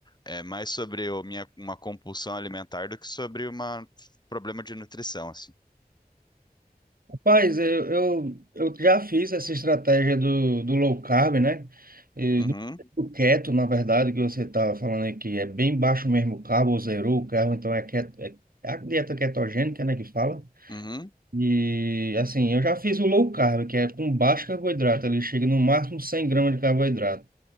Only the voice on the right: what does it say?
Rapaz, eu, eu, eu já fiz essa estratégia do, do low carb, né? E
do, do keto, na verdade, que você está falando aí, que é bem baixo mesmo o carbo, ou zerou o carbo, então é, keto, é é a dieta ketogênica, né, que fala.
E, assim, eu já fiz o low carb, que é com baixo carboidrato, ele chega no máximo 100 gramas de carboidrato.